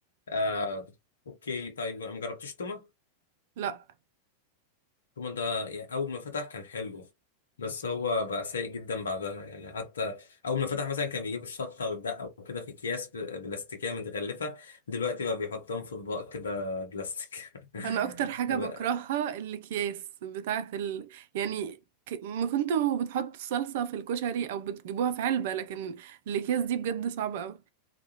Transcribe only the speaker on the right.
لا
انا
اكتر حاجه
بكرهها الاكياس بتاعه ال... يعني ك... ما كنتوا بتحطوا الصلصه في الكشري او بتجيبوها في علبه لكن الاكياس دي بجد صعبه قوي